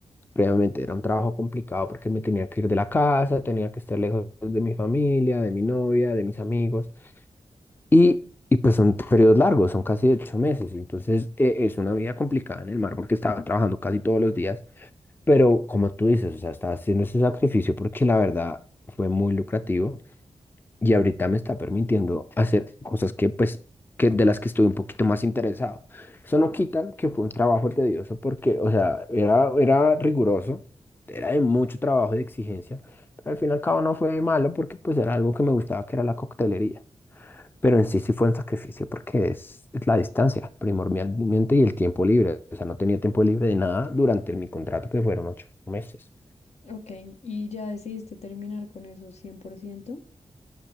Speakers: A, on the left; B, on the left.
A: Previamente era un trabajo complicado porque me tenía que ir de la casa, tenía que estar lejos de mi familia, de mi novia, de mis amigos. Y, y pues son periodos largos, son casi ocho meses. Entonces eh, es una vida complicada en el mar porque estaba trabajando casi todos los días. Pero como tú dices, o sea, estaba haciendo ese sacrificio porque la verdad fue muy lucrativo y ahorita me está permitiendo hacer cosas que pues que de las que estuve un poquito más interesado. Eso no quita que fue un trabajo tedioso porque, o sea, era, era riguroso, era de mucho trabajo y de exigencia, pero al fin y al cabo no fue malo porque pues era algo que me gustaba, que era la coctelería. Pero en sí sí fue un sacrificio porque es, es la distancia primordialmente y el tiempo libre. O sea, no tenía tiempo libre de nada durante mi contrato que fueron ocho meses.
B: Ok, ¿y ya decidiste terminar con eso 100%?